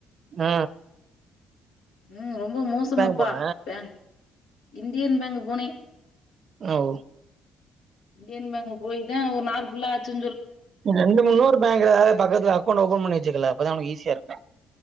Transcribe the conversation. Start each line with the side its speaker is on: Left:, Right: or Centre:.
Right: அ
Left: ம் ரொம்ப மோசமாப்பா
Right: போன
Left: பேங் இந்தியன் பேங்க் போனே
Right: அ ஒ
Left: இந்தியன் பேங்க் போய் தா ஒரு நாளு ஃபுல்லா ஆச்சு
Right: ரெண்டு மு இன்னோரு பேங்குல பக்கத்ல அக்கௌண்ட் ஓபன் பண்ணி வெச்சுக்கல அப்பதா உனுக்கு ஈஸியா இருக்கு